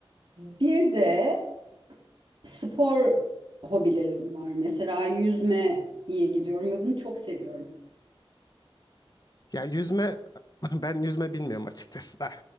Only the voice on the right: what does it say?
bir de spor hobilerim var. Mesela yüzme iyi gidiyorum ve bunu çok seviyorum.